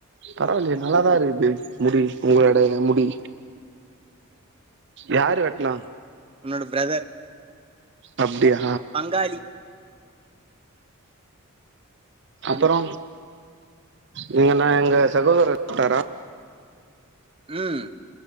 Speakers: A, on the right; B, on the right.
A: பரவாயில்லயே நல்லாதா இருக்குது முடி உங்களோட முடி யாரு வெட்னா
B: உன்னோட பிரதர்
A: அப்டியா
B: பங்காளி
A: அப்பறோ
B: தண்ணி
A: நீங்க ந எங்க சகோதரர் பாத்தாரா
B: ம்